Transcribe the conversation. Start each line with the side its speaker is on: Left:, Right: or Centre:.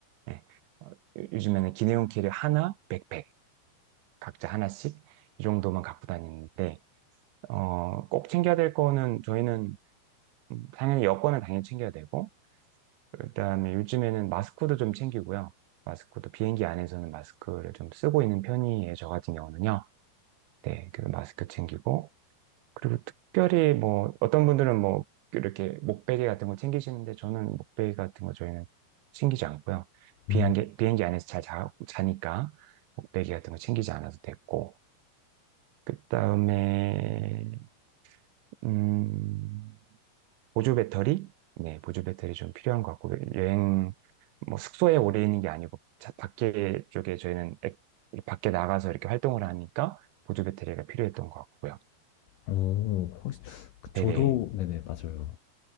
Right: 예. 어, 요- 요즘에는 기내용 캐리어 하나, 백팩, 각자 하나씩, 이 정도만 갖고 다니는데, 어, 꼭 챙겨야 될 거는 저희는 음, 당연히 여권은 당연히 챙겨야 되고, 그다음에 요즘에는 마스크도 좀 챙기고요. 마스크도 비행기 안에서는 마스크를 좀 쓰고 있는 편이에요. 저 같은 경우는요. 네, 그 마스크 챙기고 그리고 특별히 뭐 어떤 분들은 뭐 이렇게 목베개 같은 거 챙기시는데 저는 목베개 같은 거 저희는 챙기지 않고요. 비행기
Left: 음.
Right: 비행기 안에서 잘 자, 자니까 목베개 같은 거 챙기지 않아도 됐고 그다음에 음 보조 배터리? 네, 보조 배터리 좀 필요한 것 같고, 여행, 뭐 숙소에 오래 있는 게 아니고, 자- 밖에 쪽에 저희는 액- 밖에 나가서 이렇게 활동을 하니까 보조 배터리가 필요했던 것 같고요.
Left: 오, 혹시 그 저도
Right: 네네.
Left: 네네, 맞아요.